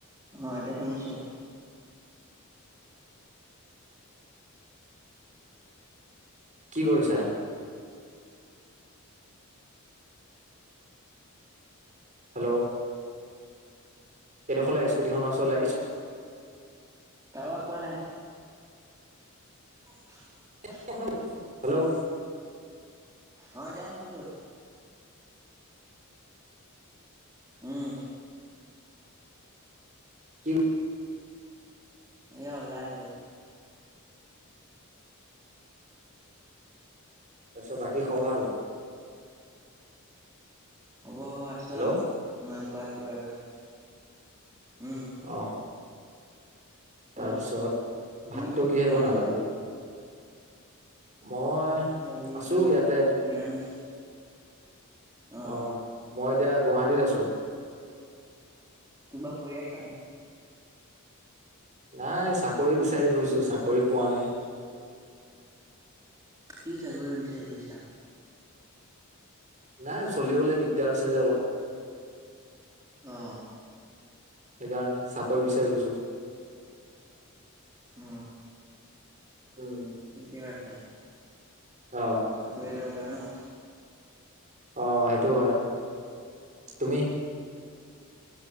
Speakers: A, on the right; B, on the right.
A: অ এতিয়া শুনিছো।
B: কি কৰিছা? হেল্ল'? এইডখলে স্কুটিখনৰ ওচৰলে ইচ
A: <inaudible> পোৱা নাই। <inaudible>
B: <inaudible> শুনিছো হেল্ল'?
A: অ এতিয়া শুনিছো। উম।
B: কি
A: এয়া ওলাই আহিছো।
B: তাৰপিছত বাকী খবৰ ভাল?
A: খবৰ আছো
B: হেল্ল'
A: আৰু তোমালোকৰ আশীৰ্বাদৰ উম।
B: অ।
A: হেল্ল'
B: তাৰ পিছত
A: তুমি
B: ভাতটো
A: ক'ত
B: কিহে
A: আছা
B: বনাবা
A: আজিকালি
B: আজি? মই
A: ভাতটো আজি
B: আছো ইয়াতে
A: নিৰামিষ। অ
B: অহ, মই এতিয়া গুৱাহাটীত আছো।
A: কিবা কৰি আছা নি?
B: নাই চাকৰি বিচাৰি ফুৰিছো, চাকৰি পোৱা নাই।
A: কি চাকৰি বিচাৰি ফুৰিছা?
B: নাই চলিবলৈ দিগদাৰ হৈছে যে অলপ।
A: অ।
B: সেইকাৰণে চাকৰি বিচাৰি ফুৰিছো।
A: অ
B: উম।
A: ঠিকে আছে।
B: অ।
A: এইটোৱে দৰকাৰ ন?
B: অ' সেইটো হয়। তুমি